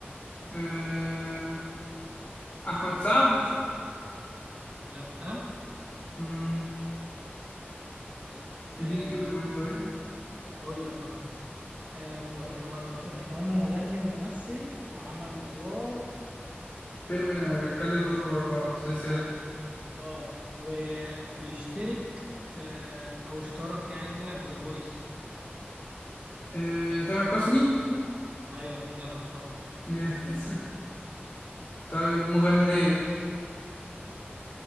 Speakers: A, on the left; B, on the right.
A: آه أحمد سعد
B: لا
A: مم، اديني
B: آه،
A: كلو كمان طيب
B: هقول لك هقول لك آه، مغ... وانا قلت احنا قلنا مغني وممثل وعمل ادوار
A: فيلم آه، كذا دور ورا بعض سلسلة
B: اه وبيشترك في او اشترك يعني طلع في ذا فويس
A: آه تامر حسني
B: ايوه جدع شاطر
A: جامد <laughs> طيب مغنية